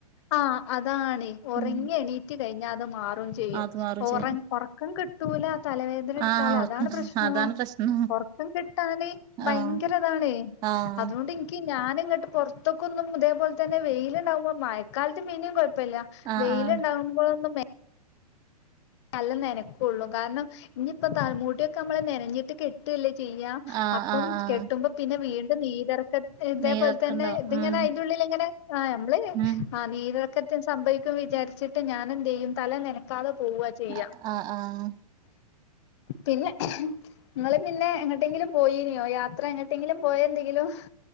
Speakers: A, on the left (about 45°); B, on the right (about 20°).
A: ആഹ് അതാണ് ഉറങ്ങി
B: ഉം
A: എണീറ്റ് കഴിഞ്ഞാ അത് മാറും <unintelligible> ചെയും
B: അത് മാറും
A: ഉറങ്
B: ചെയ്യും
A: ഉറക്കം കിട്ടൂല തലവേദന എടുത്താൽ
B: ആഹ് ഓർക്ക്ണ്ട്
A: അതാണ് പ്രശ്നോ
B: അതാണ് പ്രശ്നം
A: ഉറക്കം <unintelligible> കിട്ടാന് ഭയങ്കരതാണ്
B: ആഹ് ആഹ്
A: അതുകൊണ്ട് ഞാന് ഇങ്ങോട്ട് പുറത്തൊക്ക് ഒന്നും ഇതേപോൽ തന്നെ വെയിലുണ്ടാവുമ്പോൾ മയക്കാലത്ത് പിന്നെയും കുഴപ്പില്ല
B: ആഹ്
A: വെയിണ്ടാവുമ്പോളൊന്നും
B: ആഹ്
A: നല്ല നനക്കുള്ളൂ കാരണം ഇനിയിപ്പ തലമുട്ടിയൊക്കെ നമ്മള് നനഞ്ഞിട്ട് കെ ട്ടല്ലേ ചെയ്യാ
B: ആഹ്
A: അപ്പം
B: ആഹ് ആഹ്
A: കെട്ടുമ്പോ പിന്നെ വീണ്ടും നീര് ഇതേപോലെ
B: നീർക്ക്ണ്ടാവും
A: തന്നെ ഇതിങ്ങനെ
B: ഉം
A: അതിന്റുള്ളിൽ ഇങ്ങനെ ആ നമ്മള്
B: ഉം
A: ആ നീര് ക്കത്തും സംഭവിക്കും വിചാരിച്ചിട്ട് ഞാനെന്ത് ചെയ്യും തല നനക്കാതെ പൊവ്വാ ചെയ്യാ
B: ആഹ് ആഹ്
A: പിന്നെ നിങ്ങള് പിന്നെ എങ്ങട്ടെങ്കിലും പോയിനെയോ യാത്ര എങ്ങട്ടെങ്കിലും പോയന്തെങ്കിലും?